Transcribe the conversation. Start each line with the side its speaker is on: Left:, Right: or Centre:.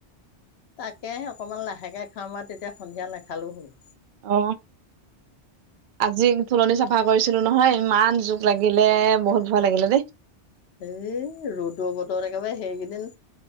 Left: তাকে অকমান লাহেকে খাাম আৰু তেতিয়া সন্ধিয়া নেখালো হ'ল
Right: অ আজি ফুলনি চাফা কৰিছিলো নহয় ইমান জোক লাগিলে বহুত ভয় লাগিলে দেই
Left: এ ৰ'দৰ বতৰত একেবাৰে সেইকেইদিন